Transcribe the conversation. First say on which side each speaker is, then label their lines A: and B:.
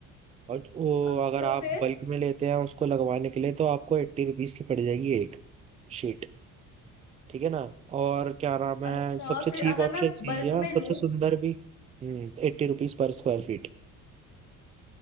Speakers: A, on the right; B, on the left.
A: और वो
B: अच्छा
A: अगर आप
B: फिर
A: बल्क में लेते हैं उसको लगवाने के लिए तो आपको एट्टी रुपीज की पड़ जाएगी एक शीट ठीक है ना और क्या नाम है
B: अच्छा
A: सबसे
B: और फिर
A: चीप
B: अगर
A: ऑप्शन
B: मैं
A: यही
B: बल्क
A: है और
B: में
A: सबसे
B: लूं
A: सुंदर भी हम्म एट्टी रुपीज पर square feet